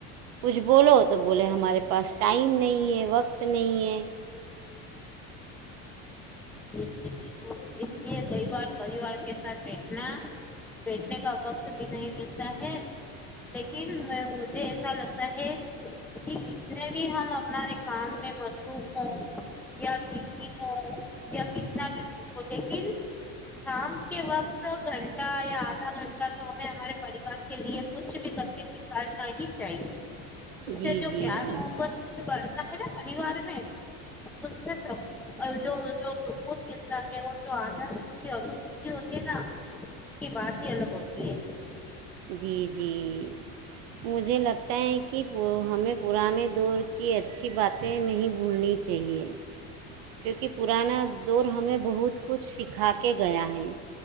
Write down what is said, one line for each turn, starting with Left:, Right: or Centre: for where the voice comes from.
Right: کچھ بولو تو بولے ہمارے پاس ٹائم نہیں ہے وقت نہیں ہے
Centre: جی جی بالکل اس لیے کئی بار پریوار کے ساتھ بیٹھنا بیٹھنے کا وقت بھی نہیں ملتا ہے لیکن مجھے ایسا لگتا ہے جتنے بھی ہم اپارے کام میں مصروف ہوں یا بی ہوں یا کتنا بھی اس کو لیکن شام کے وقت گھنٹہ یا آدھا گھنٹہ تو ہمیں ہمارے پریوار کے لیے کچھ بھی کر کے نکالنا ہی چاہیے اس
Right: جی
Centre: سے جو
Right: جی
Centre: پیار محبت بڑھ را پریوار میں اس سے س جو جو سکون م ہے اور جو آنند کی انوبھتی ہوتی ہے نا اس کی بات ہی الگ ہوتی ہے
Right: جی جی مجھے لگتا ہے کہ ہمیں پرانے دور کی اچھی باتیں نہیں بھولنی چاہیے کیونکہ پرانا دور ہمیں بہت کچھ سکھا کے گیا ہے